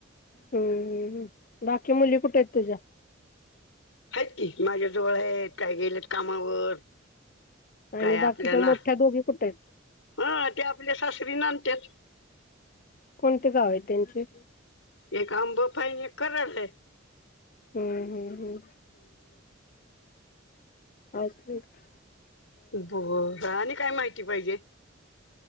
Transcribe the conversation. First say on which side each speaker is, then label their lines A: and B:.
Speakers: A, on the left (about 45°); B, on the left (about 80°).
A: हम्म बाकी मुली कुठे आहेत तुझ्या?
B: आहेत की. माझ्या जवळ आहेत. काही गेलेत कामावर. काय
A: आणि
B: आपल्या
A: बाकीच्या
B: ना
A: मोठ्या दोघी कुठे आहेत?
B: हं ते आपल्या सासरी नानंत्यात
A: कोणते गाव हाय त्यांचे?
B: एक <unintelligible> एक कराड लाय.
A: हम्म हम्म हम्म असुदेत
B: बर आणि काय माहिती पाहिजे?